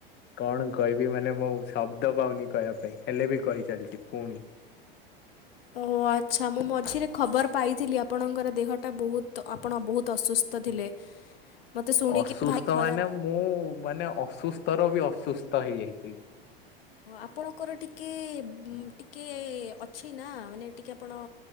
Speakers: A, on the left; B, on the left.
A: କଣ କହିବି ମାନେ ମୁଁ ଶବ୍ଦ ପାଉନି, କହିବା ପାଇଁ ହେଲେ ବି କହିଚାଲିଛି ପୁଣି।
B: ଓ ଆଚ୍ଛା, ମୁଁ ମଝିରେ ଖବର ପାଇଥିଲି ଆପଣଙ୍କର ଦେହଟା ବହୁତ ଆପଣ ବହୁତ ଅସୁସ୍ଥ ଥିଲେ। ମୋତେ ଶୁଣିକି
A: ଅସୁସ୍ଥ
B: ଭାରି ଖରାପ
A: ମାନେ ମୁଁ ମାନେ ଅସୁସ୍ଥ ର ବି ଅସୁସ୍ଥ ହେଇଯାଇଥିଲି।
B: ଆପଣଙ୍କର ଟିକେ ଟିକେ ଅଛି ନା ମାନେ ଟିକେ ଆପଣ